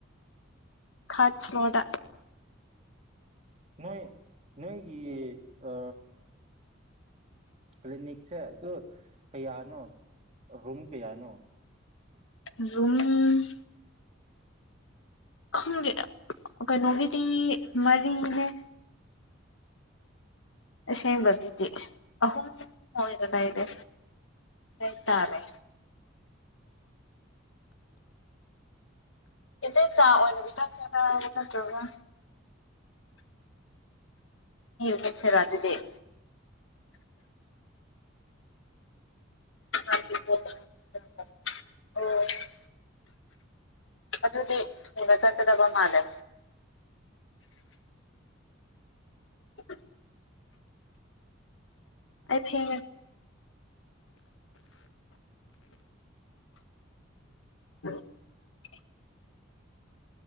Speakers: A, on the left; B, on the right.
A: ꯀꯥꯠ ꯐ꯭ꯂꯣꯗꯥ
B: ꯅ ꯅꯒꯤ ꯑ ꯀ꯭ꯂꯤꯅꯤꯛꯁꯦ ꯑꯗꯨ ꯀꯌꯥꯅꯣ ꯔꯨꯝ ꯀꯌꯥꯅꯣ
A: ꯨꯝ ꯈꯪꯒꯦ ꯀꯩꯅꯣꯒꯤꯗꯤ ꯃꯔꯤꯅꯦꯦ ꯁꯦꯡꯕꯒꯤꯗꯤ ꯑꯍꯨꯝ ꯑꯣꯏꯔꯒꯥꯏꯗ ꯀꯩꯇꯥꯥꯔꯦ ꯏꯆꯦ ꯆꯥ ꯑꯣꯏꯅꯗꯤ ꯊꯛꯆꯔꯥꯒ ꯅꯠꯇ꯭ꯔꯒ ꯇꯆꯔ ꯑꯗꯨꯗꯤꯦ <unintelligible> ꯑꯗꯨꯗꯤ ꯊꯨꯕ ꯆꯠꯀꯗꯕ ꯃꯥꯜꯂꯦ <unintelligible> ꯑꯩ ꯐ <unintelligible>